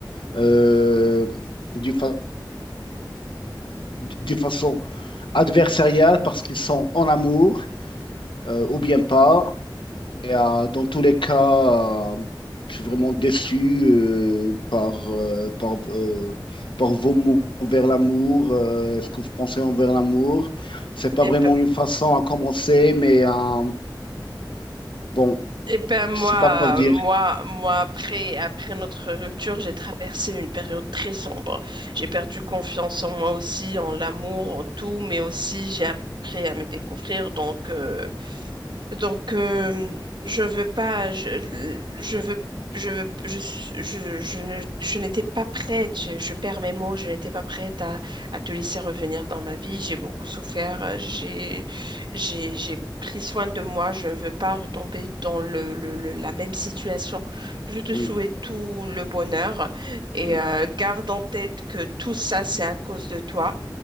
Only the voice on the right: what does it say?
Eh
ben,
Eh ben moi,
moi, moi, après, après notre rupture, j'ai traversé une période très sombre. J'ai perdu confiance en moi aussi, en l'amour, en tout, mais aussi j'ai appris à me découvrir. Donc, euh, donc, euh, je veux pas, je, je veux, je veux, je, je, je ne, je n'étais pas prête, je, je perds mes mots, je n'étais pas prête à, à te laisser revenir dans ma vie. J'ai beaucoup souffert, euh, j'ai, j'ai, j'ai pris soin de moi, je ne veux pas retomber dans le, le- le- la même situation. Je te
souhaite tout le bonheur et
euh, garde en tête que tout ça, c'est à cause de toi